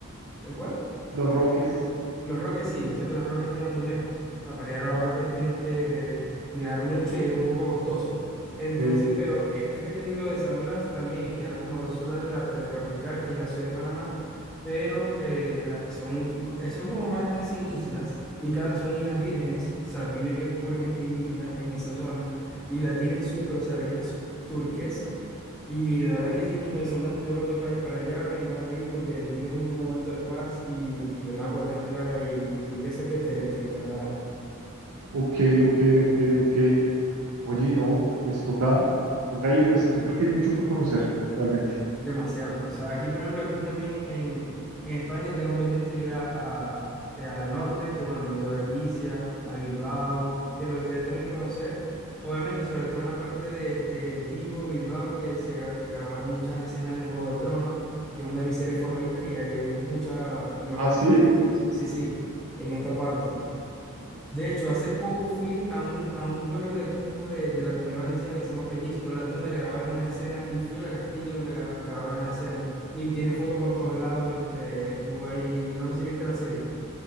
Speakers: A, in the centre; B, on the right (about 85°).
A: ¿El cuál?
B: Los Roques.
A: Los Roques sí, lo sé que los Roques quedan muy lejos. O sea, para ir a
B: Ah,
A: los Roques tienes que viajar mucho y es un poco costoso. Entonces,
B: ok,
A: pero este que te digo de San Blas también y queda como a dos horas de la, de la capital, que es la ciudad de Panamá, pero eh, la- son, eh, son como más de 100 islas y cada, son islas vírgenes, o sea, vive pura gente indígena en esa zona y la tienen súper, o sea, la isla es turquesa y de verdad que es impresionante. Yo cuando voy pa- para allá me encanta ir porque vives un momento de paz y, y el agua tan clara y, y turquesa que te, te encantará.
B: ok, ok, ok, ok. Oye, no, pues toca, toca ir. O sea, yo creo que hay mucho por conocer, realmente.
A: Demasiado, demasiado. Aquí, por ejemplo, aquí también en, en España tengo pendiente ir a, a- eh, al norte, que bueno, no he ido a Galicia, a Bilbao, que me gustaría también conocer. Obviamente, sobre todo en la parte de, de Vigo, Bilbao, que se gra- grabaron muchas escenas de Juego de Tronos, que es una de mis series favoritas, y ahí hay muchas, los
B: ¿Ah,
A: castillos
B: sí?
A: que... Sí, sí, en esta parte. De hecho, hace poco fui a un, a un pueblo de aquí mismo de, de la Comunidad Valenciana que se llama Peñíscola, donde grabaron unas escenas y fui al castillo donde gra- grabaron las escenas y tienen fotos por todos lados de, de- estuvo ahí, no sé si viste la serie.